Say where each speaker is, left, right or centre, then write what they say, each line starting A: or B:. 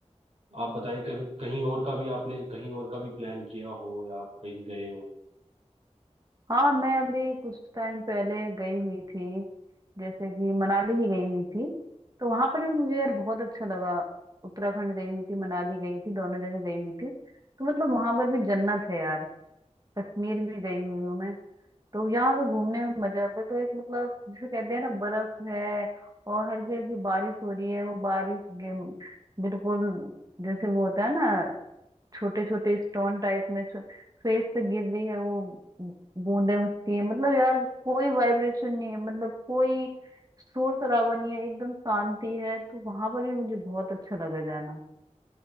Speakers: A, on the right; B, on the right.
A: आप बताएं कभी कहीं और का भी आपने कहीं और का भी प्लान किया हो या आप कहीं गए हो
B: हाँ मैं अभी कुछ टाइम पहले गई हुई थी जैसे कि मनाली ही गई हुई थी तो वहां पर भी मुझे यार बहुत अच्छा लगा उत्तराखंड गई हुई थी मनाली गई थी दोनों जगह गई हुई थी तो मतलब वहां पर भी जन्नत है यार कश्मीर भी गई हुई हूँ मैं तो यहाँ पे घूमने में मजा भी तो एक मतलब जिसे कहते हैं ना बर्फ है और हल्की हल्की बारिश हो रही है वो बारिश गिम- बिल्कुल जैसे वो होता है ना छोटे छोटे स्टोन टाइप में फेस पे गिर रही है वो बूंदे उसकी मतलब यार कोई वाइब्रेशन नहीं है मतलब कोई शोर शराबा नहीं है एकदम शांति है तो वहां पर भी मुझे बहुत अच्छा लगा जाना